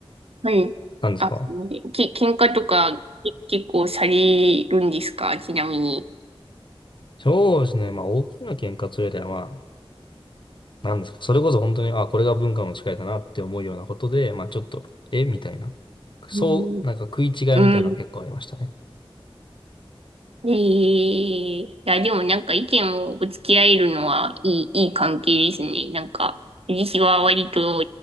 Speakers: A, on the right; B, on the left.
A: はい。
B: なんですか
A: あ、すみません。け、喧嘩とか、け、結構されるんですかちなみに。
B: そうですね、まあ大きな喧嘩というよりはまあ、なんですかそれこそ本当に、あ、これが文化の違いだなって思うようなことで、まあちょっと、えみたいな。そう、
A: うん。
B: なんか食い違いみたいなのは結構ありましたね。
A: うん。ええいや、でもなんか意見をぶつけ合えるのはいい、いい関係ですね。なんか、私は割と、